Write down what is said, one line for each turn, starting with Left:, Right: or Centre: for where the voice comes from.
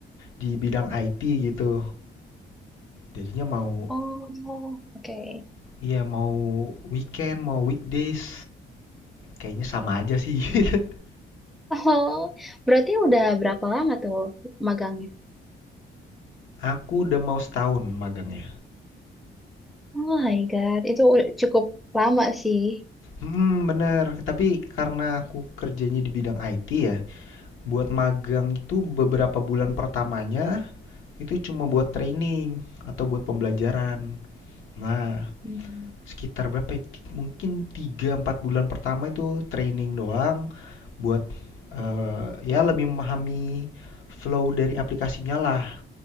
Left: di bidang IT gitu. Jadinya mau
Centre: Oh, oke.
Left: iya mau weekend, mau weekdays, kayaknya sama aja sih <laughs> gitu.
Centre: Oh, berarti udah berapa lama tuh magangnya?
Left: Aku udah mau setahun magangnya.
Centre: Oh my God, itu udah cukup lama sih.
Left: Mhm, bener. Tapi karena aku kerjanya di bidang IT ya, buat magang itu beberapa bulan pertamanya itu cuma buat training atau buat pembelajaran. Nah,
Centre: Hmm.
Left: sekitar berapa ya? Ti- Mungkin tiga empat bulan pertama itu training doang buat eh, ya lebih memahami flow dari aplikasinya lah.